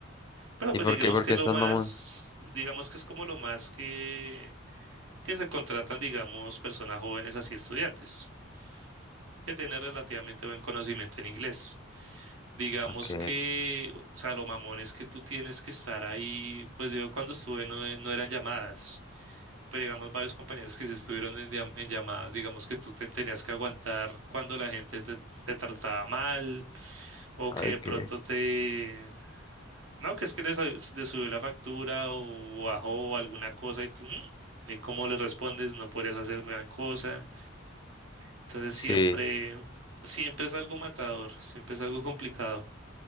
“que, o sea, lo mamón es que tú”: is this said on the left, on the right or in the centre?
Right